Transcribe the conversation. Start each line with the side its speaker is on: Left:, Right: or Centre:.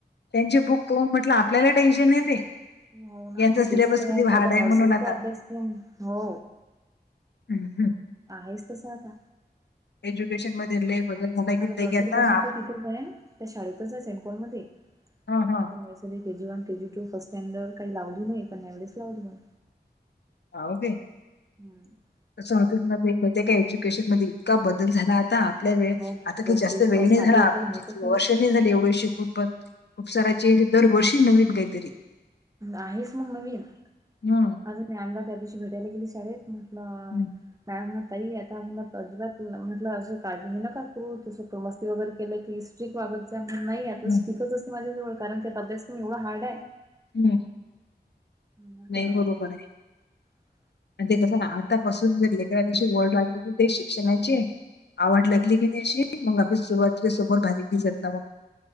Left: त्यांची बुक पोहून म्हटलं आपल्याला टेन्शन येते.
Right: हो ना
Left: यांचा
Right: मग
Left: सिलेबस
Right: दिसतय
Left: किती
Right: तर साध्या
Left: हार्ड आहे
Right: नर्सरीचा
Left: म्हणून आता
Right: अभ्यास कर हो.
Left: हम् हम्.
Right: आहेच तसं आता.
Left: एज्युकेशन मध्ये लय बदल. झाला की
Right: आता नर्सरी
Left: ते
Right: पासून
Left: आप-
Right: तू तिथेच आहे त्या शाळेतच आहे सेम्पल मध्ये
Left: हा
Right: मग
Left: हा
Right: आता नर्सरी त्याजी K G one, K G two, first standard काही लावली नाही पण यावेळेस लावली म.
Left: हावू के.
Right: हम्म
Left: <unintelligible> का एज्युकेशन मध्ये इतका बदल झाला आता. पल्या वेळ
Right: हो किती
Left: आता
Right: बघतेस
Left: काही जास्त वेळ
Right: असं
Left: नाही
Right: आधी
Left: झाला
Right: आपल्याला
Left: आपण
Right: माहितच
Left: <inaudible> वर्ष नाही झाले एवढे शिकून पण. खूप सारा चेंज दरवर्षी नवीन काहीतरी.
Right: आहेच मग नवीन.
Left: निवात
Right: माझा मॅमला त्या दिवशी भेटायला गेली शाळेत म्हटलं
Left: हम्म,
Right: मॅम ताई आता. अजिबात म्हटलं अस काळजी घे ना का करू तसं मस्ती वगैरे केलं की स्ट्रिक वागत जा म्हण नाही आत तो
Left: हम्म,
Right: स्पीकच असते माझ्या जवळ कारण त्यात अभ्यासक्रम एवढा हार्ड आहे.
Left: हम्म.
Right: म्हटलं
Left: नाही
Right: हो
Left: बरोबर आहे.
Right: <inaudible>
Left: आणि ते कसं ना आतापसून जर लेकरा दिवशी वढ लागली की ते शिक्षणाची आवड लागली
Right: हा
Left: की नाही अशी मग आपण सुरवाती समोर <unintelligible> जत नावं.